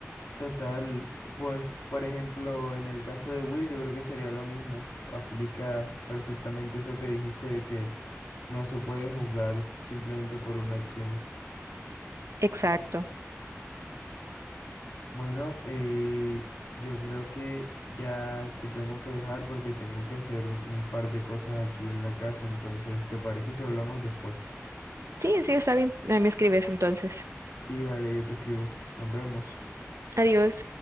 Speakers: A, on the left; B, on the right.
A: Total, pues, por ejemplo, en el caso de Will, yo creo que sería lo mismo. Aplica perfectamente eso que dijiste de que no se puede juzgar simplemente por una acción.
B: Exacto.
A: Bueno, eh, yo creo que ya te tengo que dejar porque tengo que hacer un un par de cosas aquí en la casa. Entonces, ¿te parece si hablamos después?
B: Sí, sí, está bien. Ahí me escribes entonces.
A: Sí, vale, yo te escribo. Nos vemos.
B: Adiós.